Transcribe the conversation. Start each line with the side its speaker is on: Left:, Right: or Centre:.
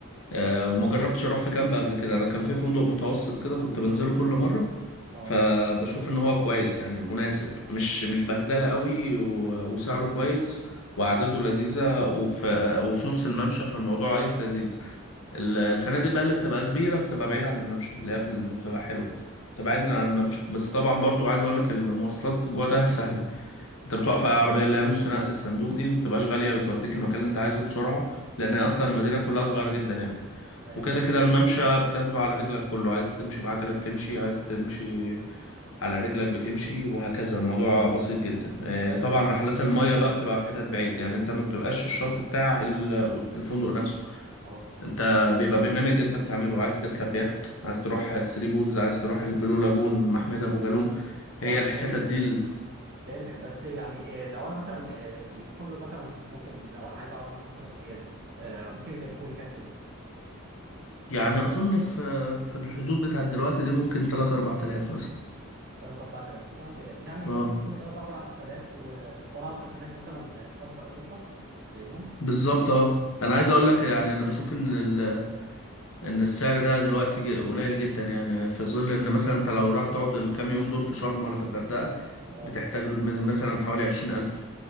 Left: آه، ما جربتش اروح في كامب قبل كده انا كان في فندق متوسط كده كنت بنزله كل مرة
Right: اه
Left: فبشوف ان هو كويس يعني مناسب مش مش بهدلة قوي و- وسعره كويس وقعدته لذيذة وفي وفي نص الممشى فالموضوع ايه لذيذ ال- الفنادق بقى اللي بتبقى كبيرة بتبقى بعيد عن الممشى اللي هي بال- بتبقى حلوة بتبقى
Right: اه
Left: بعيد عن الممشى بس طبعا برضو عايز اقولك المواصلات جوه دهب سهلة انت بتوقف اي عربية اللي هي نص نقل الصندوق دي مبتبقاش غالية بتوديك المكان اللي انت عايزه بسرعة لان
Right: اه
Left: هي اصلا المدينة كلها صغيرة جدا يعني
Right: ايوه
Left: وكده
Right: ايوه
Left: كده الممشى بتاخده على رجلك كله عايز تمشي بعجلة بتمشي عايز تمشي على رجلك بتمشي وهكذا الموضوع بسيط جدا آه،
Right: طيب
Left: طبعا رحلات المية بقى بتبقى في حتت بعيد يعني انت ما بتبقاش الشط بتاع ال- الفندق نفسه
Right: اه
Left: انت بيبقى برنامج انت بتعمله عايز تركب يخت عايز تروح الثري بولز عايز تروح البلو لاجون محمية ابو جالوم هي
Right: طيب
Left: الحتت
Right: فهمتك
Left: دي
Right: فهمت-
Left: ال...
Right: فهمتك بس يعني آه، لو انا مثلا آه، الفندق مثلا ممكن لو انا عايز اقعد مثلا خمس ايام آه، ممكن يكلفوني كام كده؟
Left: يعني اظن في في الحدود بتاعت دلوقتي دي ممكن 3 4000 مثلا
Right: 3 4000 خمس ايام يعني
Left: اه
Right: مثلا قول 3 4000 و... وانا هصرف هناك مثلا آه، خمسه او سته زيهم
Left: بالظبط اه انا عايز اقول لك يعني انا بشوف ان ال... ان السعر ده دلوقتي ج- قليل جدا يعني في ظل ان مثلا انت لو راح تقعد الكام يوم دول في شرم ولا في الغردقة
Right: اه
Left: بتحتاج من مثلا حوالي 20000